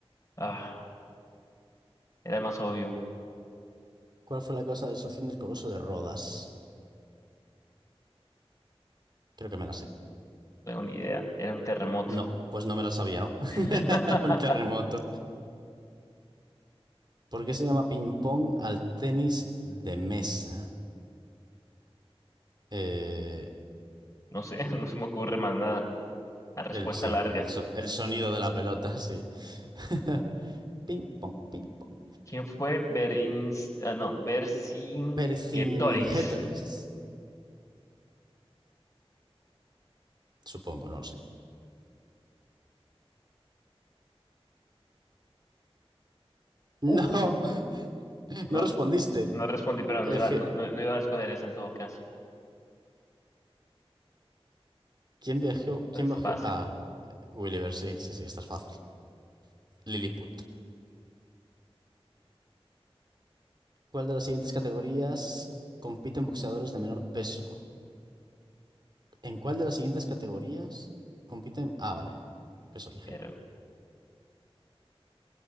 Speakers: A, on the left (about 30°); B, on the right (about 45°).
A: Ah, era el más obvio.
B: ¿Cuál fue la causa de la destrucción del Coloso de Rodas? Creo que me la sé.
A: No tengo ni idea. Era un terremoto.
B: No, pues no me la sabía, ¿no? <laughs>
A: <laughs>
B: Un terremoto. ¿Por qué se llama ping-pong al tenis de mesa? Eh,
A: No sé, <laughs> no se me ocurre más nada. La respuesta
B: el, sí,
A: larga.
B: el, so- el sonido de la pelota, sí. <laughs> Ping-pong, ping-pong.
A: ¿Quién fue Berins, ah, no, Vercingetorix?
B: Vercingetorix, supongo, no lo sé. <laughs> No,
A: Uf, no,
B: no respondiste.
A: no respondí, pero
B: El,
A: no iba, no, no- no iba a escoger esa en todo caso.
B: ¿Quién viajó?
A: Esta
B: ¿Quién
A: Es
B: bajó
A: fácil.
B: Ah, Gulliver, sí, sí, sí, esta es fácil. Lilliput. ¿Cuál de las siguientes categorías compiten boxeadores de menor peso? ¿En cuál de las siguientes categorías compiten? Ah, vale. Peso ligero.
A: Pero,